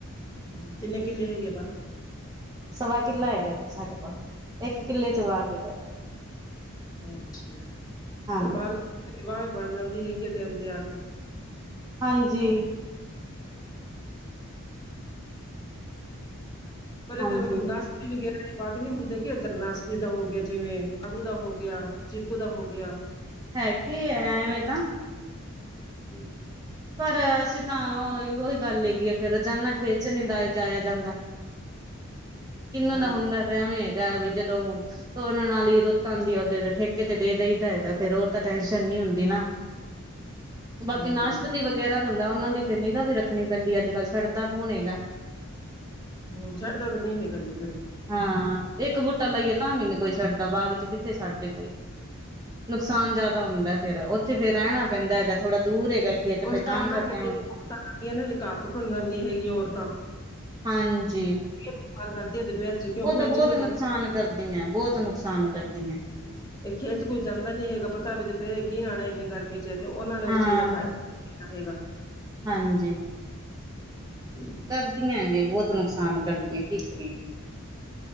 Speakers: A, on the left; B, on the right.
A: ਹ, ਕਿੰਨੇ, ਕਿੱਲੇ ਹੈਗੇ ਆ ਬਾਗ?
B: ਸਵਾ ਕਿੱਲਾ ਹੈਗਾ ਜੀ, ਸਾਡੇ ਕੋਲ ਇੱਕ ਕਿੱਲੇ ਚ ਬਾਗ਼ ਹੈਗਾ ਜੀ।
A: ਅੱਛਾ ਫ਼ਿਰ,
B: ਹਾਂਜੀ
A: ਬਾਦੀ ਗ ਸਵਾ ਵੀ ਬਣ ਜਾਂਦੀ ਹੈਗੀ, ਕਿਸੇ ਟਾਈਮ ਤੇ, ਆ ਕੇ
B: ਹਾਂਜੀ।
A: ਪਰ ਇਧਰ,
B: ਹਾਂਜੀ
A: ਮਤਲਬ ਨਾਸ਼ ਵਗੈਰਾ, ਬਾਗ ਨੀ ਹੁੰਦੇ ਕਿ, ਓਧਰ ਨਾਸਤੀ ਦਾ ਹੋ ਗਿਆ, ਜਿਵੇਂ, ਅੜੂ ਦਾ ਹੋ ਗਿਆ। ਚਿੱਕੂ, ਦਾ ਹੋ ਗਿਆ।
B: ਹੈ ਕਿ, ਆ ਐਵੇਂ ਨਾ,
A: ਹਮ,
B: ਪਰ ਅਸੀਂ ਤਾਂ, ਉਹੀ -ਉਹੀ ਗੱਲ ਹੈਗੀ ਆ, ਫਿਰ ਰੋਜ਼ਾਨਾ ਖੇਤ ਚ ਨਹੀਂ ਜਾਇਆ, ਜਾਂਦਾ। ਕਿਨਾ ਦਾ
A: ਅੱਛਾ
B: ਹੁੰਦਾ ਤਾਂ ਐਵੇਂ ਹੈਗਾ, ਬ ਜਦੋਂ ਉਹਨਾਂ ਨਾਲ ਹੀ, ਰੁੱਤ ਆਉਂਦੀ ਹੈ ਓਦੇ ਠੇਕੇ ਤੇ ਦੇ ਦਈਦਾ ਹੈਗਾ, ਫੇਰ ਉਹ ਤਾਂ ਟੈਨਸ਼ਨ ਨਹੀਂ ਹੁੰਦੀ ਨਾ, ਬਾਕੀ,
A: ਹੂੰ
B: ਨਾਸ਼ਪਤੀ ਵਗੈਰਾ ਹੁੰਦਾ, ਉਹਨਾਂ ਦੀ ਫਿਰ ਨਿਗਾਹ ਵੀ ਰੱਖਣੀ ਪੈਂਦੀ, ਅੱਜ -ਕੱਲ ਛੱਡਦਾ ਕੌਣ ਹੈਗਾ।
A: ਹੋਰ ਛੱਡਦਾ ਤਾਂ ਨੀ ਹੈਗਾ ਜੇ ਕੋਈ
B: ਹਾਂ, ਇੱਕ ਬੂਟਾ ਲਾਈਏ ਤਾਂ ਵੀ ਨਈ, ਕੋਈ ਛੱਡਦਾ ਬਾਗ ਚ ਕਿੱਥੇ ਛੱਡਦੇ ਕੋਈ ਨੁਕਸਾਨ, ਜ਼ਿਆਦਾ ਹੁੰਦਾ ਫੇਰ ਉੱਥੇ ਫੇਰ ਰਹਿਣਾ ਪੈਂਦਾ ਹੈਗਾ, ਥੋੜਾ ਦੂਰ ਹੈਗਾ ਖੇਤ।
A: ਕੁਛ
B: ਫੇਰ
A: ਤਾਂ ਨਾ
B: ਕਰਕੇ
A: ਜਿਹੜੀਆਂ, ਔਰਤਾਂ ਆਉਦੀਆਂ, ਰੁਕਾਵਟ ਹੋ ਜਾਂਦੀ ਹੈਗੀ ਔਰਤਾਂ
B: ਹਾਂਜੀ
A: ਕੀ ਕਮਾਲ, ਕਰਦੀ ਦੁਪਹਿਰ ਚ ਕਿਉਂ ਖੇਤ
B: ਉਹ ਤਾਂ ਬਹੁਤ
A: ਚ, ਕੋਈ ਜਾ
B: ਨੁਕਸਾਨ ਕਰਦੀਆਂ, ਬਹੁਤ ਨੁਕਸਾਨ ਕਰਦੀਆਂ।
A: ਇਹ ਖੇਤ ਚ ਕੋਈ ਜਾਂਦਾ ਨੀ ਹੈਗਾ, ਪਤਾ ਵੀ ਦੁਪਹਰੇ ਕੀ, ਨੇ ਆਣਾ ਇੰਨੀ ਗਰਮੀ ਚ ਤੇ, ਉਹਨਾ ਨੇ ਉਸ
B: ਹਾਂ।
A: ਚੀਜ਼ ਦਾ ਫਾਇਦਾ ਕਿੰਨਾ ਰਹੇਗਾ,
B: ਹਾਂਜੀ
A: ਹਮ
B: ਕਰਦੀਆਂ ਜੀ, ਬਹੁਤ ਨੁਕਸਾਨ ਕਰਦੀ ਹੈ ਕੀ ਕਰੀਏ।